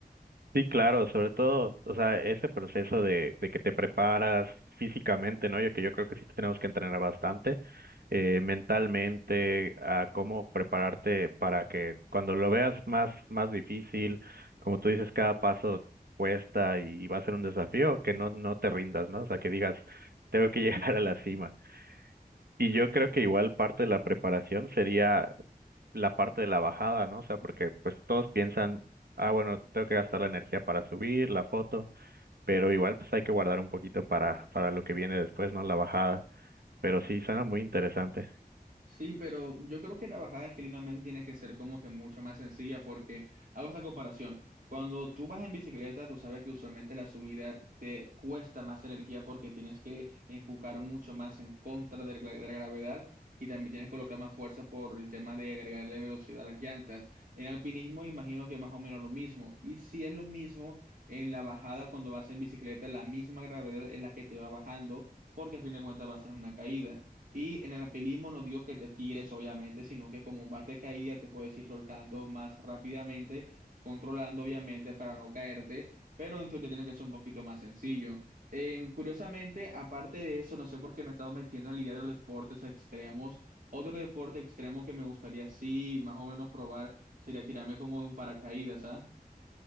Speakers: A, on the right; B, on the right.
A: Sí, claro, sobre todo, o sea, ese proceso de, de que te preparas físicamente, ¿no? Yo que yo creo que sí tenemos que entrenar bastante, eh, mentalmente, a cómo prepararte para que cuando lo veas más, más difícil, como tú dices, cada paso cuesta y, va a ser un desafío, que no, no te rindas, ¿no? O sea, que digas, tengo que <laughs> llegar a la cima. Y yo creo que igual parte de la preparación sería la parte de la bajada, ¿no? O sea, porque pues todos piensan, ah, bueno, tengo que gastar la energía para subir la foto, pero igual pues hay que guardar un poquito para, para lo que viene después, ¿no? La bajada. Pero sí, suena muy interesante.
B: Sí, pero yo creo que la bajada generalmente tiene que ser como que mucho más sencilla porque hago esta comparación. Cuando tú vas en bicicleta, tú sabes que usualmente la subida te cuesta más energía porque tienes que empujar mucho más en contra de la, de la gravedad y también tienes que colocar más fuerza por el tema de agregarle velocidad a las llantas. En alpinismo imagino que más o menos lo mismo. Y si es lo mismo en la bajada cuando vas en bicicleta, la misma gravedad es la que te va bajando porque a fin de cuentas vas en una caída. Y en el alpinismo no digo que te tires, obviamente, sino que como vas de caída te puedes ir soltando más rápidamente, controlando, obviamente, para no caerte, pero entonces tiene que ser un poquito más sencillo. Eh, curiosamente, aparte de eso, no sé por qué me he estado metiendo en la idea de los deportes extremos. Otro deporte extremo que me gustaría, sí, más o menos probar sería tirarme como de un paracaídas, ¿ah?